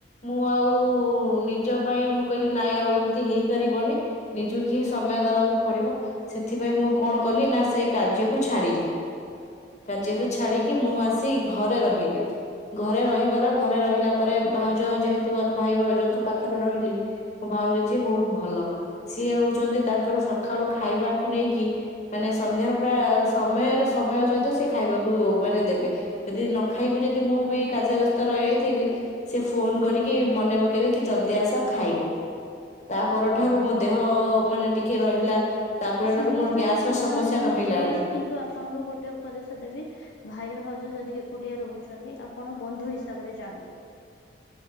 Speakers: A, on the left (about 40°); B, on the left (about 80°).
A: ମୁଁ ଆଉ-ଉ ନିଜ ପାଇଁ ମୁଁ, କହିଲି ନାଇଁ ଆଉ ଏମିତି ହେଇପାରିବନି। ନିଜକୁ ହିଁ ସମୟ ଦବାକୁ ପଡିବ। ସେଥିପାଇଁ ମୁଁ କଣ କଲି ନା, ସେ କାର୍ଯ୍ୟକୁ ଛାଡିଲି। କାର୍ଯ୍ୟକୁ
B: ହୁଁ
A: ଛାଡିକି ମୁଁ ଆସି, ଘରେ ରହିଲି। ଘରେ ରହିବାର, ଘରେ ରହିଲା ପରେ ଭାଉଜ ଯେହେତୁ, ଭାଇ ଭାଉଜଙ୍କ ପାଖରେ ରହିଲି। ଭା ଭାଉଜ ଯିଏ ବହୁତ ଭଲ। ସିଏ ହଉଛନ୍ତି ତାଙ୍କର ଶ ସଖାଳୁ ଖାଇବା ଠୁ ନେଇକି, ମାନେ ସନ୍ଧ୍ୟାର ପୁରା ସମୟର ସମୟ ସହିତ ସେ ଖାଇବାକୁ ମାନେ ଦେବେ। ଯଦି ନ ଖାଇବୁ ଯଦି, ମୁଁ ବି କାର୍ଯ୍ୟ ବ୍ୟସ୍ତ ରହିଯାଇଥିବି, ସେ ଫୋନ କରିକି ମ ମନେ ପକେଇବେକି ଜଲଦି ଆସ ଖାଇବ। ତା ପରଠାରୁ
B: ହୁଁ ହୁଁ।
A: ମୋ ଦେହ-ଅ ମାନେ ଟିକେ ରହିଲା। ତା'ପରେ
B: ସମସ୍ତେ
A: ଠାରୁ ମୋର ଗ୍ୟାସ
B: ତ ସମାନ
A: ର ସମସ୍ୟା
B: ନୁହଁନ୍ତି
A: ରହିଲାନି
B: ଭଉଣୀ। କିନ୍ତୁ, ଆପଣଙ୍କୁ ଗୋଟେ ଉପଦେଶ ଦେବି, ଭାଇ ଭାଉଜ ଯଦି ଏକୁଟିଆ ରହୁଛନ୍ତି! ଆପଣ ବନ୍ଧୁ ହିସାବରେ ଯାଆନ୍ତୁ।